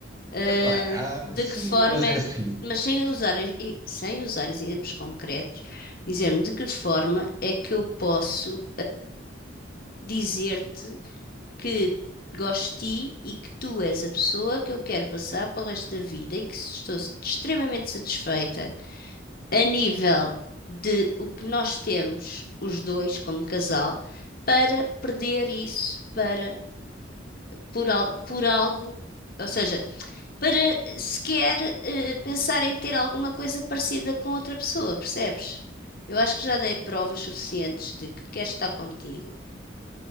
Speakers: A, on the left; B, on the right.
A: eh,
B: Epá, ah,
A: de
B: sim,
A: que forma
B: mas
A: é
B: é assim.
A: que Mas sem usar, e- sem usar exemplos concretos, dizer-me de que forma é que eu posso dizer-te que gosto de ti e que tu és a pessoa que eu quero passar para o resto da vida e que estou extremamente satisfeita a nível de o que nós temos, os dois, como casal, para perder isso para, por, al- por algo, ou seja, para sequer eh, pensar em ter alguma coisa parecida com outra pessoa, percebes? Eu acho que já dei provas suficientes de que quero estar contigo